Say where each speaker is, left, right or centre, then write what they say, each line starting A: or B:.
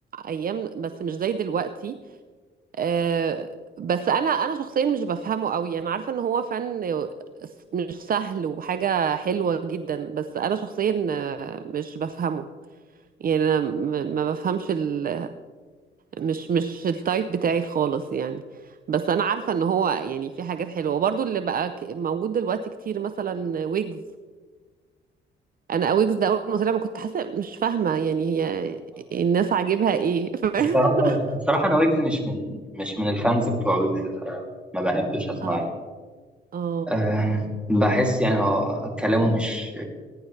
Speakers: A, on the right (about 45°); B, in the centre.
A: ايام بس مش زي دلوقتي أه بس انا انا شخصيا مش بفهمه قوي انا عارفة ان هو فن مش سهل وحاجة حلوة جدا بس انا شخصيا آه، مش بفهمه يعني انا م- ما بفهمش ال مش مش التايب بتاعي خالص يعني بس انا عارفه ان هو يعني في حاجات حلوه وبرضو اللي بقى ك- موجود دلوقتي كتير مثلا ويجز انا ويجز ده اول ما طلع ما كنت حاسه مش فاهمه يعني هي الناس عاجبها ايه
B: الصراحة
A: <laughs>
B: الصراحة أنا ويجز مش من مش من الفانز بتوع ويجز فما بحبش أسمع
A: اه
B: له
A: اه
B: أه بحس يعني هو كلامه مش